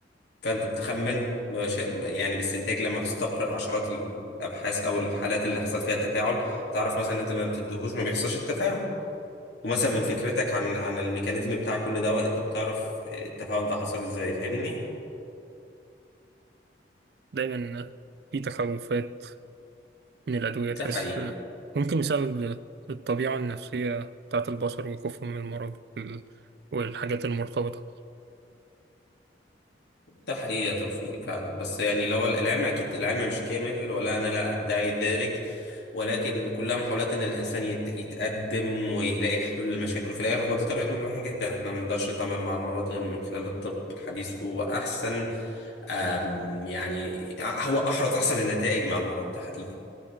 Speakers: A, on the left; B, on the right.
A: فانت بتخمن بش... يعني باستنتاج لما بتستقرأ عشرات الابحاث او الحالات اللي حصل فيها تفاعل تعرف مثلا ان انت لما بتديهوش ما بيحصلش التفاعل ومثلا من فكرتك عن عن الميكانيزم بتاع كل دواء انت بتعرف التفاعل ده حصل ازاي فاهمني
B: دايما في تخوفات من الادويه
A: ده
B: تحس
A: حقيقي
B: ممكن بسبب الطبيعه النفسيه بتاعت البشر وخوفهم من المرض وال- والحاجات المرتبطه
A: ده حقيقة توفيق فعلا بس يعني لو العلم أكيد العلم مش كامل ولا أنا لا أدعي ذلك ولكن كلها محاولات إن الإنسان يت- يتقدم ويلاقي حلول للمشاكل في الآخر هو ده طريقتنا الوحيدة إحنا ما نقدرش نتعامل مع المرض غير من خلال الطب الحديث هو أحسن آم، يعني هو أحرز أحسن النتائج مع المرض ده حقيقة